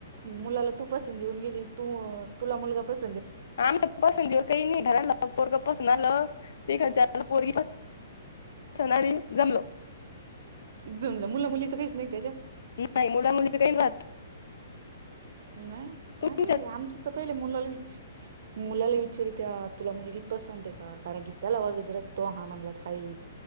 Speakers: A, on the right; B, on the left.
A: मुलाला तू पसंत येऊन गेली, तू तुला मुलगा पसं
B: आमच्या पसंतीवर काही नाही. घराला पोरग पसंद आलं तिकडच्यांना पोरगी सणारी जमलो.
A: जमलं मुला मुलीच काहीच नाही त्याच्या?
B: नाही मुला मुलीचं काही राहत.
A: नाही.
B: तुमच्यात
A: अरे आमचं तर पहिले मुलाला विच मुलाला विचारित्या तुला मुलगी पसंत आहे का, कारण की त्याला <unintelligible> तो हा म्हणलात हाई.